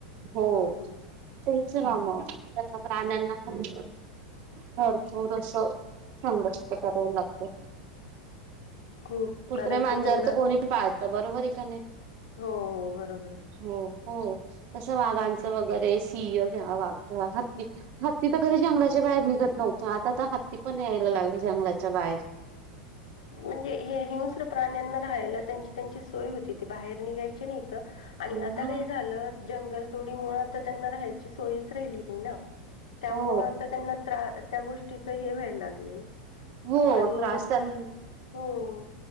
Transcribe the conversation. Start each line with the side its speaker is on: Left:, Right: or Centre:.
Right: हो.
Left: हम्म
Right: तेच ना म त्यांना प्राण्यांना पण भरपूर असं संघर्ष कराव लागत.
Left: खूप
Right: कुत्रे
Left: कारण
Right: मांजवर
Left: की त्यांना
Right: तर कोणी पण पाळतं बरोबर आहे का नाही.
Left: हो हो बरोबर आहे.
Right: हो हो तस वाघांचं वगैरे सिंह किंवा वाघ, हत्ति हत्ती तर कधी जंगलाच्या बाहेर निघत नव्हतं आता आता हत्ती पण यायला लागली जंगलाच्या बाहेर.
Left: म्हणजे हे हिंस्र प्राण्यांना राहायला त्यांची त्यांची सोय होती ती बाहेर निघायची नाही त. आणि
Right: ह
Left: आता काय झालं जंगल तोडी मुळ आता त्यांना राहायची सोयच राहिली नाही ना. त्यामुळे
Right: हो
Left: आता त्यांना त त्या गोष्टीच हे व्हायला लागले ना.
Right: हो
Left: आणि
Right: त्रास
Left: मग
Right: तेन
Left: हो.